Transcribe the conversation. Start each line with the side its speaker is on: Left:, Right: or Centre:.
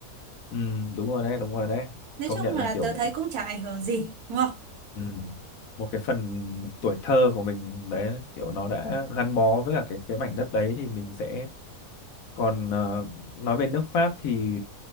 Left: ừ đúng rồi đấy đúng rồi đấy
Right: nói
Left: công
Right: chung
Left: nhận
Right: là
Left: là kiểu
Right: tớ thấy cũng chả ảnh hưởng gì đúng không
Left: ừ. một cái phần tuổi thơ của mình đấy kiểu nó đã gắn bó với cả cái cái mảnh đất đấy thì mình sẽ còn ờ, nói về nước Pháp thì